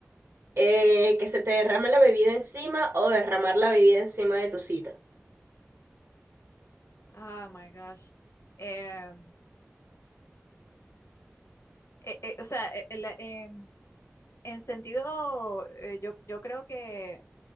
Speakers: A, on the right (about 65°); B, on the left (about 80°).
A: Eh, ¿que se te derrame la bebida encima o derramar la bebida encima de tu cita?
B: Ah, my gosh. Eh, eh, eh, o sea, eh, el- eh, en sentido, eh, yo, yo creo que